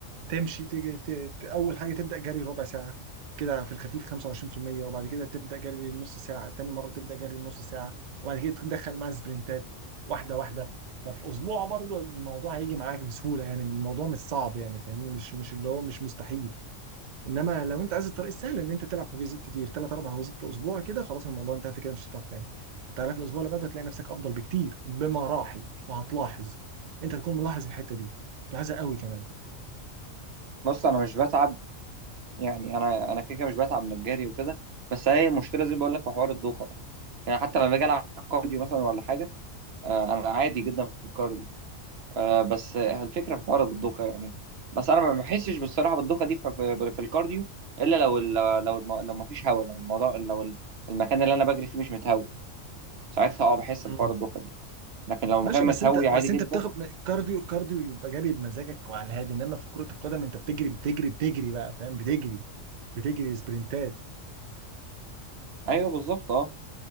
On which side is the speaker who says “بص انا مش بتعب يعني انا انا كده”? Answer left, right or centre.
Right